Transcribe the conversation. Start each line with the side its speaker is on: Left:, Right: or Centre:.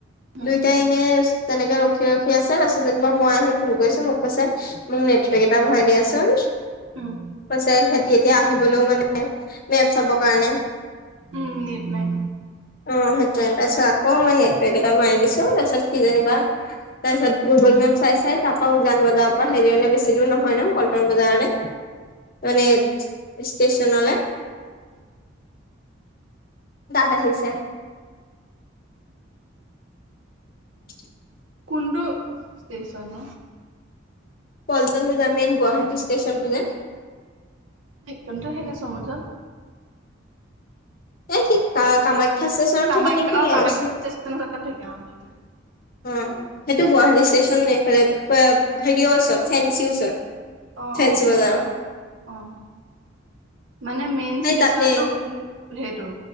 Right: উম
Left: দুইটাই ইনে তেনেকে ৰখি ৰখি আছে, তাৰপিছত যেনিবা মই আহিম ফোন কৰিছোঁ, মোক কৈছে মোক নেটপেক এটা ভৰাই দিয়াচোন।
Right: উম
Left: কৈছে সিহঁতি এতিয়া আহিবলৈও মানে, মেপ চাব কাৰণে
Right: উম নেট নাই
Left: অ' সেইটোৱে, তাৰপিছত আকৌ মই নেট পেক এটা ভৰাই দিছোঁ। তাৰপিছত সি যেনিবা, তাৰ পিছত গুগল মেপ চাই চাই তাৰ পৰা উজান বজাৰৰ পৰা হেৰিয়ালে বেছি দূৰ নহয় হয় ন পল্টন বজাৰলৈ, মানে ষ্টেচনলে
Right: উম।
Left: তাত আহিছে। <inaudible>
Right: কোনটো ষ্টেচন ন?
Left: পল্টন বজাৰ, মেইন গুৱাহাটী ষ্টেচনটো যে।
Right: এক <unintelligible> চাগে সমুজ্বল।
Left: এই কি কা-কামাখ্যা ষ্টেচনত
Right: কামাখ্যা
Left: থাকে নেকি?
Right: অঁ কামাখ্যা
Left: ৰচোন
Right: ষ্টেচনৰ ওচৰত থাকে অঁ ঠিকে
Left: অ', সেইটো গুৱাহাটী ষ্টেচন এইফালে, পা হেৰি ওচৰত ফেঞ্চি ওচৰত।
Right: অ'
Left: ফেঞ্চি
Right: অ',
Left: বজাৰৰ
Right: অ'। মানে মেইন
Left: সেই
Right: ষ্টেচনতটো
Left: তাতে
Right: সেই সেইটো?